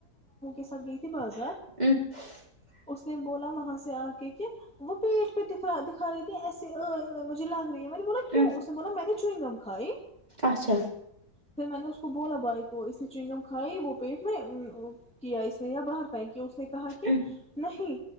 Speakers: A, in the centre; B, on the right.
A: سات گئی تھی بازار
B: <inaudible>
A: اس نے بولا وہاں سے آ کے کہ وہ پیٹ پ دکھا دکھا رہی تھی ایسے آئی مجھے لگ رہی ہے میںنے بولا کیوں
B: ام
A: اس نے بولا میں نے چوئییں گم کھائی
B: اچھا
A: پھر میں نے اس کو ب بولا بائی کو اس نے چنگم کھائی وہ پیٹ میں کیا اس نے یا باہر پائ کیا اس نے کہا کہ
B: ام
A: نہیں